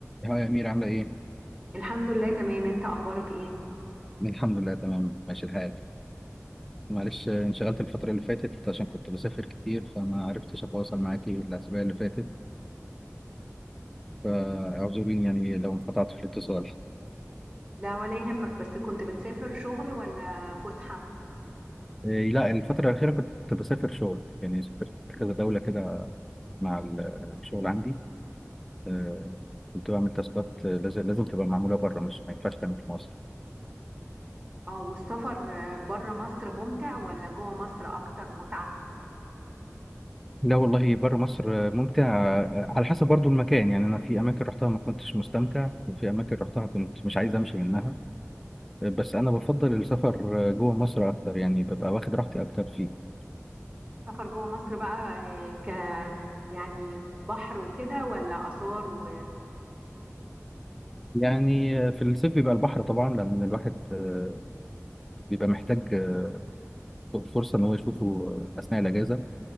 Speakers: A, in the centre; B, on the right.
A: هو يا أمير عاملة إيه؟
B: الحمد لله تمام انت اخبارك ايه
A: الحمد لله تمام ماشي الحال معلش آه، انشغلت الفترة اللي فاتت عشان كنت بسافر كتير فما عرفتش أتواصل معاكي الأسابيع اللي فاتت فاعذريني يعني لو انقطعت في الاتصال
B: لا ولا يهمك بس كنت بتسافر شغل ولا فسحة
A: إيه لا الفترة الأخيرة كنت بسافر شغل يعني سافرت كذا دولة كده مع ال- الشغل عندي آه، كنت بعمل تاسكات آه، لازم لازم تبقى معمولة بره مش ما ينفعش تعمل في مصر
B: اه والسفر بره مصر ممتع ولا جوه مصر اكتر متعة
A: لا والله بره مصر آه، ممتع آه، على حسب برضو المكان يعني أنا في أماكن رحتها ما كنتش مستمتع وفي أماكن رحتها كنت مش عايز أمشي منها بس انا بفضل السفر جوه مصر اكتر يعني ببقى واخد راحتي اكتر فيه
B: سفر جوه مصر بقى آه، ك يعني بحر وكده ولا آثار وهي
A: يعني في الصيف بيبقى البحر طبعا لان الواحد آه، بيبقى محتاج آه، فرصه ان هو يشوفه اثناء الاجازه